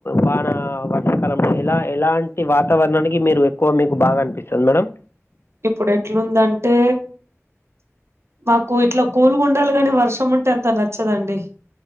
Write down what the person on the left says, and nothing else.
వాన అ వర్షాకాలంలో ఎలా ఎలాంటి వాతావరణానికి మీరు ఎక్కువ మీకు బాగా అనిపిస్తది మేడం?